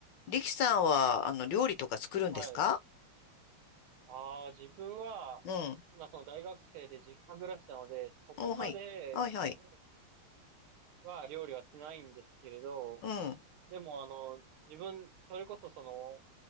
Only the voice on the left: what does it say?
力さんは、あの、料理とか作るんですか
うん。
うん、はい。はい、はい。
うん、